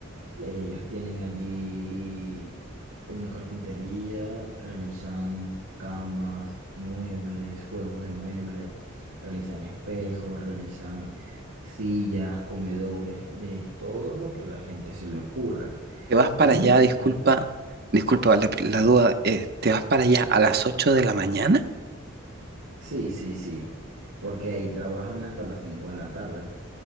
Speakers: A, on the right (about 85°); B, on the right (about 45°).
A: eh, ellos tienen allí una carpintería, realizan camas, muebles, juegos de muebles, realizan espejos, realizan sillas, comedores, de todo lo que a la gente se le ocurra.
B: Te vas para
A: Y
B: allá, disculpa,
A: eh, Claro.
B: disculpa la, la duda, eh, te vas para allá a las 8 de la mañana,
A: sí, sí, sí, porque ahí trabajan hasta las 5 de la tarde.